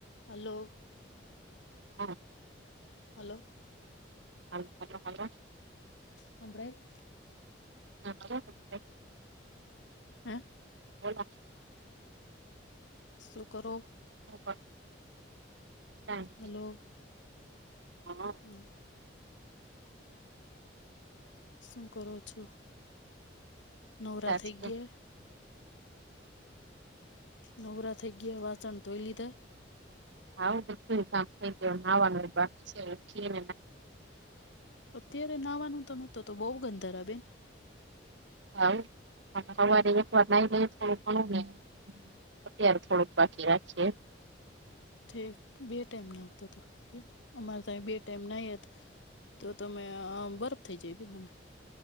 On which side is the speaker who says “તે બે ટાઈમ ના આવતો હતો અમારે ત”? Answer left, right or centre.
Left